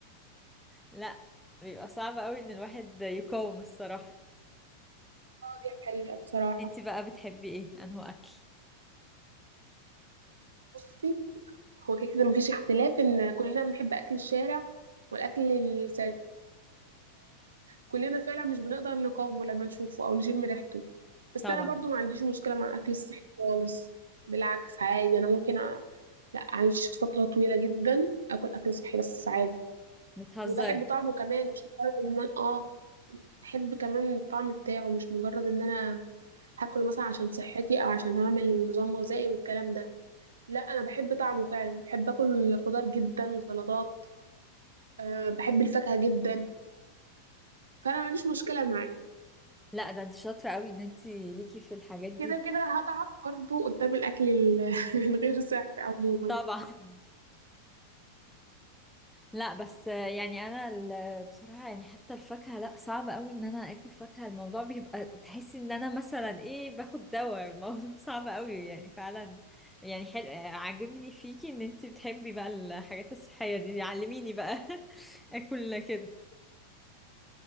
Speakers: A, in the centre; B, on the right.
A: لا بيبقى صعب قوي ان الواحد يقاوم الصراحة
B: دي حقيقة بصراحة
A: انت بقى بتحبي ايه انه اكل
B: بصي هو كده كده مفيش اختلاف إن كلنا بنحب أكل الشارع والأكل السريع كلنا فعلا مش بنقدر نقاومه لما نشوفه او نشم ريحته بس
A: طبعا
B: انا برضو ما عنديش مشكله مع اكل الصحي خالص بالعكس عادي انا ممكن أ... لا اعيش فتره طويله جدا اكل اكل صحي بس عادي
A: بتهزري
B: وبحب طعمه كمان مش مجرد ان انا اه بحب كمان الطعم بتاعه مش مجرد ان انا هاكله مثلا عشان صحتي او عشان هعمل نظام غذائي والكلام ده لا انا بحب طعمه فعلا بحب اكل خضار جدا وسلطات أه بحب الفاكهه جدا فانا ما عنديش مشكله معاه
A: لا ده انت شاطرة قوي ان انت ليكي في الحاجات دي
B: كده كده هضعف برضه قدام الأكل ال- <laughs> الغير صحي عموما
A: طبعا <laughs> لا بس يعني انا ال- بصراحة يعني حتى الفاكهة لا صعب قوي ان انا اكل فاكهة الموضوع بيبقى تحسي ان انا مثلا ايه باخد دواء الموضوع <laughs> صعب قوي يعني فعلا يعني حلو عاجبني فيكي ان انت بتحبي بقى الحاجات الصحية دي علميني بقى <laughs> اكل كده